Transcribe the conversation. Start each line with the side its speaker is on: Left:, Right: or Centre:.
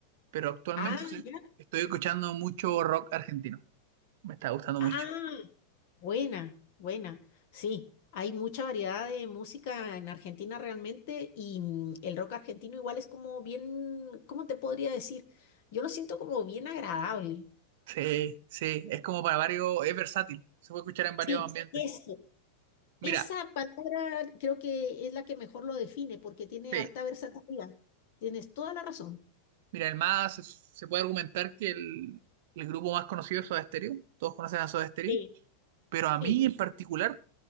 Right: pero actualmente
Left: Ah,
Right: estoy,
Left: ya.
Right: estoy escuchando mucho rock argentino. Me está gustando
Left: Ah,
Right: mucho.
Left: buena, buena. Sí, hay mucha variedad de música en Argentina realmente y mm, el rock argentino igual es como bien, ¿cómo te podría decir? Yo lo siento como bien agradable.
Right: Sí, sí, es como para varios, es versátil. Se puede escuchar en varios
Left: Sí,
Right: ambientes.
Left: eso.
Right: Mira,
Left: Esa palabra creo que es la que mejor lo define porque tiene
Right: sí,
Left: harta versatilidad. Tienes toda la razón.
Right: mira, el más, se, se puede argumentar que el, el grupo más conocido es Soda Stereo. Todos conocen a Soda Stereo,
Left: Sí,
Right: pero a
Left: sí,
Right: mí en particular